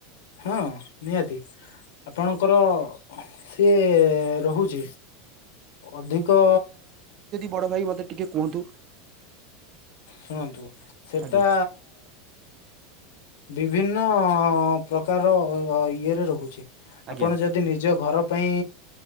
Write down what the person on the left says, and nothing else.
ହଁ! ନିହାତି। ଆପଣଙ୍କର ସିଏ ରହୁଛି ଅଧିକ
ଶୁଣନ୍ତୁ ସେଟା
ବିଭିନ୍ନ ପ୍ରକାର ଇଏରେ ରହୁଛି।
ଆପଣ ଯଦି ନିଜ ଘର ପାଇଁ,